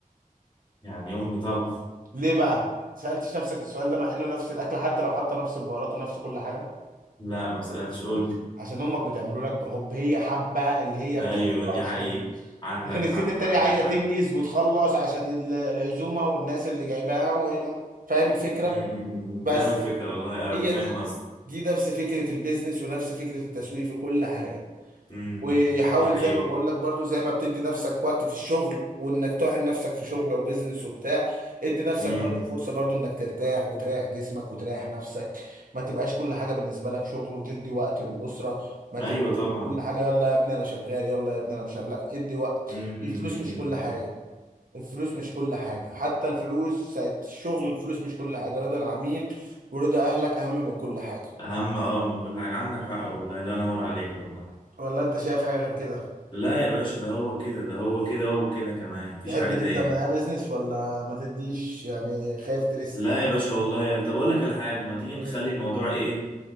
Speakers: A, on the left; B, on the right.
A: يعني امي طبعا
B: ليه بقى سالتش نفسك السؤال ده مع انه نفس الاكل حتى لو حاطه نفس البهارات ونفس كل حاجه
A: لا ما سألتش قول لي
B: عشان امك بتعمله لك بحب هي حابه اللي هي
A: ايوه
B: بتعمله
A: دي
B: عشانك
A: حقيقة عندك
B: لكن الست
A: حق
B: التانية
A: عندك
B: عايزه
A: حق
B: تنجز وتخلص عشان ال- العزومه والناس اللي جايباها و- فاهم الفكره
A: م- م- م-
B: بس
A: فاهم الفكرة والله قوي
B: هي
A: فاهم
B: دي
A: قصدي
B: دي نفس فكره البيزنس ونفس فكره التسويق في كل حاجه
A: م-
B: وحاول
A: م- دي حقيقة
B: زي ما بقول لك برضو زي ما بتدي نفسك وقت في الشغل وانك طاحن نفسك في شغل او بيزنس وبتاع ادي نفسك
A: م-
B: برضو فرصة برضو انك ترتاح وتريح جسمك وتريح نفسك ما تبقاش كل حاجة بالنسبة لك شغل وتدي وقت للأسرة ما تبقى
A: ايوه طبعا
B: كل حاجة يلا يا ابني انا شغال يلا يا ابني انا مش شغال. لا ادي وقت
A: م- م-
B: الفلوس
A: م-
B: مش كل
A: م-
B: حاجة
A: م.
B: الفلوس مش كل حاجة حتى الفلوس ساعة الشغل الفلوس مش كل حاجة رضا العميل ورضا أهلك أهم من كل حاجة
A: اهم اه من كل حاجة عندك حق والله لا نور عليك والله
B: ولا أنت شايف حاجة غير كده؟
A: لا يا باشا ده هو كده ده هو كده وابو كده كمان مفيش
B: تحب
A: حاجة
B: تبدأ
A: تاني
B: معاه بيزنس ولا ما تديش يعني خايف تريسك
A: لا يا باشا والله يا طب اقول لك على حاجة ما تيجي نخلي
B: مم.
A: الموضوع ايه